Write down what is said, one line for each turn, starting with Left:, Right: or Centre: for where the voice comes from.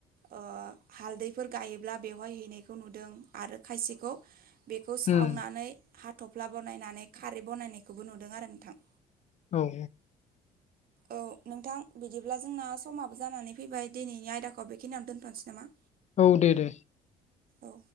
Right: ओ हालदैफोर गायोब्ला बेवहाय हैनायखौ नुदों आरो खायसेखौ बेखौ सावनानै
Left: उम
Right: हाथ'फ्ला बनायनानै खारै बानायनायखौबो नुदों आरो नोंथां।
Left: औ औ
Right: औ नोंथां बिदिब्ला जोंना समाबो जानानै फैबाय दिनैनि आयदाखौ बेखिनियावनो दोनथ'नोसै नामा?
Left: औ दे दे।
Right: औ